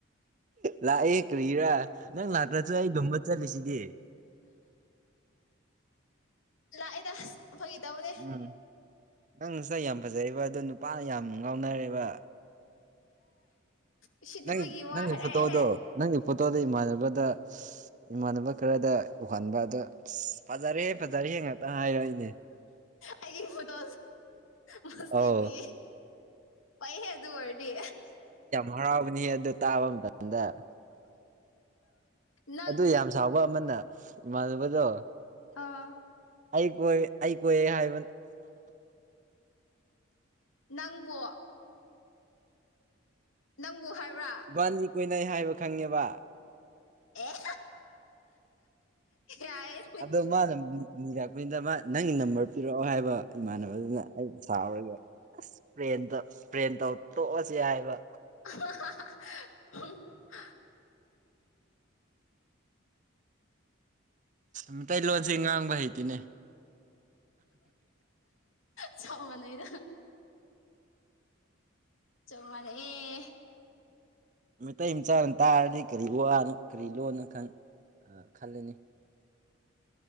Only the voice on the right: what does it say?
ꯂꯥꯛꯑꯦ ꯀ꯭ꯔꯤꯔꯥ ꯅꯪ ꯂꯥꯛꯇ꯭ꯔꯖꯨ ꯑꯩ ꯂꯨꯝꯝꯕ ꯆꯠꯂꯤꯁꯤꯗꯤ
ꯎꯝ ꯅꯪꯁꯦ ꯌꯥꯝ ꯐꯖꯩꯕ ꯑꯗꯣ ꯅꯨꯄꯥꯅ ꯌꯥꯝ ꯉꯥꯎꯅꯔꯦꯕ
ꯅꯪ
ꯅꯪꯒꯤ
ꯐꯣꯇꯣꯗꯣ ꯅꯪꯒꯤ ꯐꯣꯇꯣꯗꯣ ꯏꯃꯥꯟꯅꯕꯗ ꯏꯃꯥꯟꯅꯕ ꯈꯔꯗ ꯎꯍꯟꯕ ꯑꯗꯣ ꯑꯁ ꯐꯖꯔꯦ ꯐꯖꯔꯦ ꯉꯥꯛꯇ ꯍꯥꯏꯔꯛꯏꯅꯦ
ꯑꯧ
ꯍꯔꯥꯎꯕꯅꯤ ꯑꯗꯨ ꯇꯥꯕ ꯃꯇꯝꯗ
ꯑꯗꯨ ꯌꯥꯝ ꯁꯕ ꯑꯃꯅ ꯏꯃꯥꯟꯅꯕꯗꯣ
ꯑꯩ ꯀꯣꯏꯦ ꯑꯩ ꯀꯣꯏꯦ ꯍꯥꯏꯕ
ꯕꯥꯟꯅꯤ ꯀꯣꯏꯅꯩ ꯍꯥꯏꯕ ꯈꯪꯉꯦꯕ
ꯑꯗ ꯃꯥꯅ ꯖꯥꯛꯄꯤꯗ ꯃꯥ ꯅꯪꯒꯤ ꯅꯝꯕꯔ ꯄꯤꯔꯛꯑꯣ ꯍꯥꯏꯕ ꯏꯃꯥꯟꯅꯕꯗꯨꯅ ꯑꯩ ꯁꯥꯎꯔꯒꯦ ꯑꯁ ꯄ꯭ꯔꯦꯟ ꯄ꯭ꯔꯦꯟ ꯇꯧ ꯇꯣꯛꯑꯁ ꯍꯥꯏꯕ
ꯃꯤꯇꯩꯩꯇꯩꯂꯣꯟꯁꯦ ꯉꯥꯡꯕ ꯍꯩꯇ‌ꯦꯅꯦ
ꯃꯩꯇꯩ ꯃꯆꯥꯅ ꯇꯥꯔꯗꯤ ꯀꯔꯤ ꯋꯥꯅꯣ ꯀꯔꯤ ꯂꯣꯠꯅꯣ ꯈꯪ ꯈꯜꯂꯅꯤ